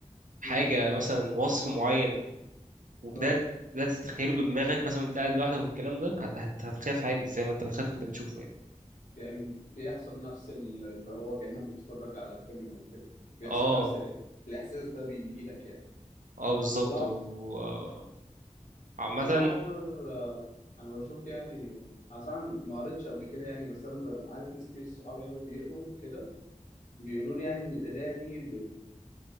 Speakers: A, on the right (about 85°); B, on the left (about 80°).
A: حاجة
B: امم
A: مثلا وصف معين وبدأت
B: لا
A: بدأت تتخيله بدماغك مثلا وانت قاعد لوحدك والكلام ده هت- هت- هتخاف عادي زي ما انت بتخاف انت بتشوفه يعني
B: يعني بيحصل نفس ال- اللي هو كأنك بتتفرج على الفيلم أو كده بيحصل
A: اه
B: نفس ال- الإحساس ده بيجيلك يعني
A: اه بالظبط
B: الله
A: و آه، عامة
B: والله يا عمر آه، انا بشوف يعني اصلا ما قريتش قبل كده يعني بس انا ب- عارف ناس كتير صحابي قوي بيقروا كده بيقولوا لي يعني ان القرايه دي بت...